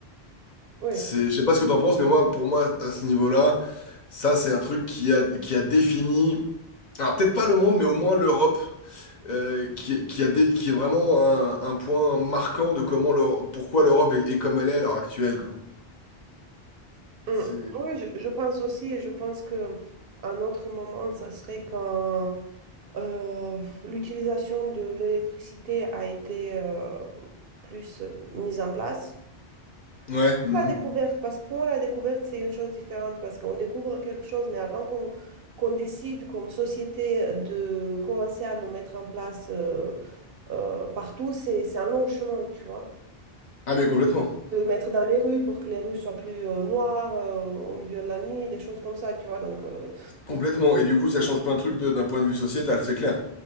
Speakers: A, on the right (about 65°); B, on the left (about 45°).
A: Oui,
B: C'est, je sais pas ce que t'en penses, mais moi, pour moi, à ce niveau-là, ça, c'est un truc qui a, qui a défini, alors peut-être pas le monde, mais au moins l'Europe, euh, qui, qui a dé- qui est vraiment un, un point marquant de comment l'Euro- pourquoi l'Europe est, est comme elle est à l'heure actuelle, quoi.
A: mm.
B: C'est-
A: Oui, je, je pense aussi, et je pense que un autre moment, ça serait quand euh, l'utilisation de l'électricité a été euh, plus euh, mise en place.
B: Ouais.
A: C'est comme
B: mhm.
A: la découverte, parce que pour moi, la découverte, c'est une chose différente, parce qu'on découvre quelque chose, mais avant qu'on qu'on décide comme société de commencer à le mettre en place euh, euh, partout, c'est, c'est un long chemin, tu vois.
B: Ah, mais complètement.
A: de mettre dans les rues pour que les rues soient plus euh, noires euh, au milieu de la nuit, des choses comme ça, tu vois. Donc, euh,
B: Complètement. Et du coup, ça change plein de trucs de- d'un point de vue sociétal, c'est clair.